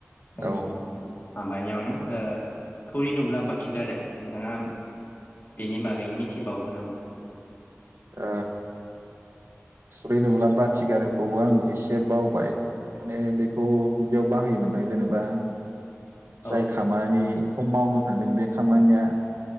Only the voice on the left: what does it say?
जोंनि
माबानियावनो ओ थुरि नुब्ला बाथि गारो नोंथाङा बेनि बागै मिथिबावगो नामा?
औ